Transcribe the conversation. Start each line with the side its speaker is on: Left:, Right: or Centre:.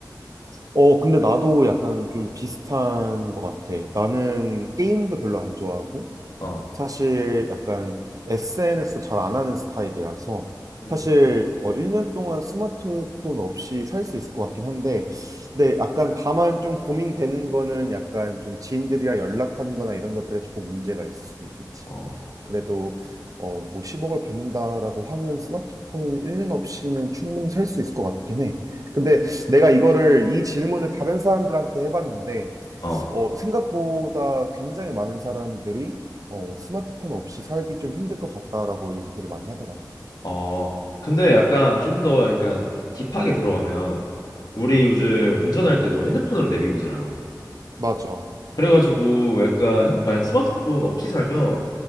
Right: 어, 근데 나도 약간 좀 비슷한 것 같아. 나는 게임도 별로 안 좋아하고,
Left: 어,
Right: 사실 약간 SNS도 잘 안 하는 스타일이라서
Left: 음.
Right: 사실 어, 1년 동안 스마트폰 없이 살 수 있을 것 같긴 한데 네, 약간 다만 좀 고민되는 거는 약간 좀 지인들이랑 연락하는 거나 이런 것들에 조금 문제가 있을 수 있겠지.
Left: 어,
Right: 그래도 어, 뭐 10억을 받는다라고 하면 스마트폰은 1년 없이는 충분히 살 수 있을 것 같긴 해. 근데 내가 이거를 이 질문을 다른 사람들한테 해봤는데
Left: 어,
Right: 어, 생각보다 굉장히 많은 사람들이 어, 스마트폰 없이 살기 좀 힘들 것 같다라고 얘기를 많이 하더라고.
Left: 어. 근데 약간 좀 더 약간 딥하게 들어가면 우리
Right: 음,
Left: 요즘 운전할 때도 핸드폰으로 내비 보잖아.
Right: 맞아,
Left: 그래가지고 약간 핸- 만약 스마트폰 없이 살면